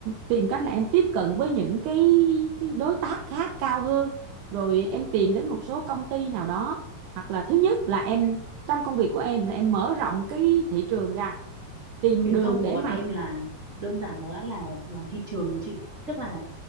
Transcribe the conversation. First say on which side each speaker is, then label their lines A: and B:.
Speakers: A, on the right; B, on the right.
A: tìm cách là em tiếp cận với những cái cái đối tác khác cao hơn rồi em tìm đến một số công ty nào đó hoặc là thứ nhất là em trong công việc của em là em mở rộng cái thị trường ra tìm
B: truyền
A: đường
B: thông của
A: để
B: bọn
A: mà
B: em là đơn giản nó đã là làm thị trường rồi chị tức là